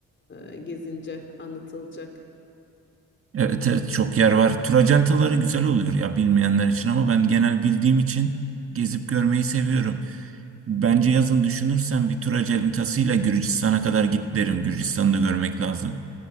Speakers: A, on the left; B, on the right.
A: ee, gezince anlatılacak.
B: Evet evet çok yer var. Tur acentaları güzel oluyor ya bilmeyenler için ama ben genel bildiğim için gezip görmeyi seviyorum. Bence yazın düşünürsen bir tur aceletasıyla Gürcistan'a kadar git derim. Gürcistan'ı da görmek lazım.